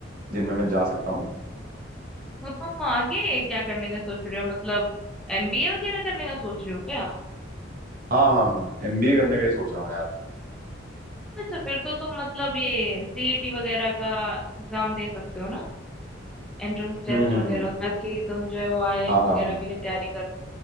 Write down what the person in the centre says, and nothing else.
तो तुम आगे क्या करने का सोच रहे हो मतलब एमबीए वगैरह करने का सोच रहे हो क्या
अच्छा फिर तो तुम मतलब ये सीईटी वगैरह का एग्जाम दे सकते हो ना एंट्रेंस टेस्ट
वगैरह
ताकि तुम जो है वो आईआईएम
वगैरह
के लिए तैयारी कर